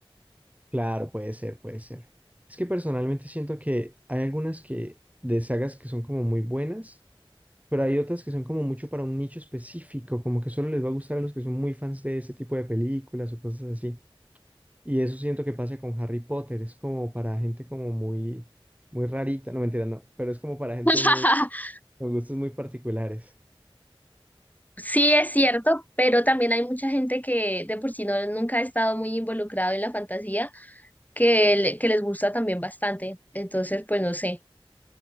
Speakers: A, on the right (about 15°); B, on the left (about 15°).
A: Claro, puede ser, puede ser. Es que personalmente siento que hay algunas que de sagas que son como muy buenas pero hay otras que son como mucho para un nicho específico, como que solo les va a gustar a los que son muy fans de ese tipo de películas o cosas así. Y eso siento que pasa con Harry Potter, es como para gente como muy, muy rarita, no mentira, no, pero es como para gente
B: <laughs>
A: muy, con gustos muy particulares.
B: Sí, es cierto, pero también hay mucha gente que de por sí no, nunca ha estado muy involucrado en la fantasía, que, le- que les gusta también bastante. Entonces, pues no sé.